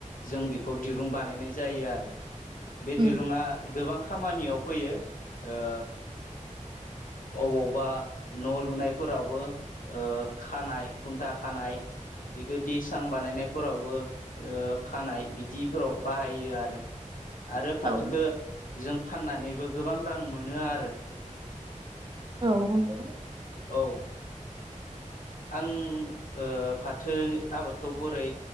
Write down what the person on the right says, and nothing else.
उम
औ
औ नंगौ।